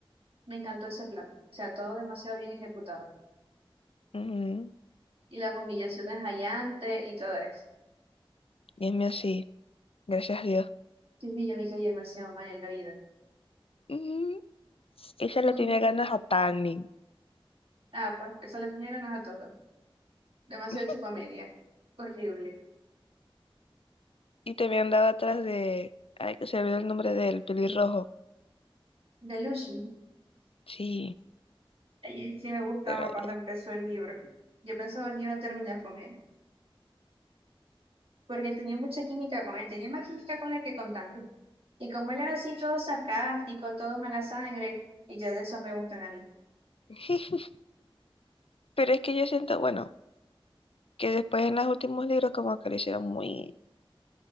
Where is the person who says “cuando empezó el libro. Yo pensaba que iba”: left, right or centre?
Right